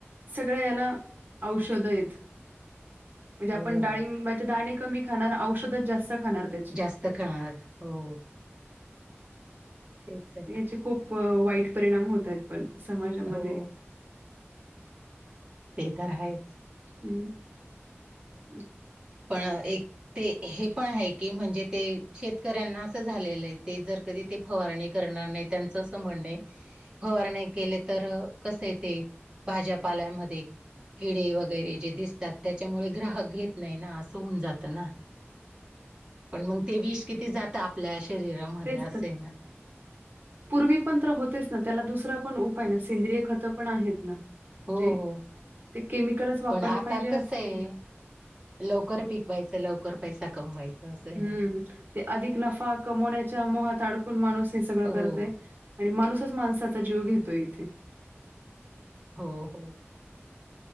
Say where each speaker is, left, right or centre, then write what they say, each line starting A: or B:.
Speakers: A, on the right (about 45°); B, on the right (about 20°).
A: सगळ्या याला औषध आहेत म्हणजे आपण
B: हो
A: डाळिंबाचे दाणे कमी खाणार औषधच जास्त खाणार त्याचे.
B: जास्त खाणार हो. तेच आहे
A: याचे
B: ना
A: खूप वाईट परिणाम होत आहेत पण समाजामध्ये.
B: हो ते तर आहेच.
A: ह ह.
B: पण एक ते हे पण आहे की, म्हणजे ते शेतकऱ्यांना असं झालेलं आहे ते जर का ते फवारणी करणार नाही त्यांचं असं म्हणणे फवारणे केले तर कस य ते भाज्यापाल्यामध्ये किडे वगैरे जे दिसतात, त्याच्यामुळे ग्राहक घेत नाही ना आत. हून जात ना. पण मग ते विष किती जात आपल्या शरीरामध्ये
A: तेच
B: असे
A: तर
B: ना.
A: पूर्वी पण तर होतेच ना त्याला दुसरा पण उपाय ना सेंद्रिय खतं पण आहेत ना.
B: हो
A: जे
B: हो.
A: ते केमिकलच वापरले
B: पण आता
A: पाहिजे असं
B: कस आहे,
A: की
B: लवकर पिकवायच लवकर पैसा कमवायचा असं आहे
A: हम्म
B: ना
A: ते अधिक नफा कमवण्याच्या मोहात अडकून माणूस हे सगळं
B: हो
A: करतय. आणि माणूसच माणसाचा जीव घेतो इथे.
B: हो हो.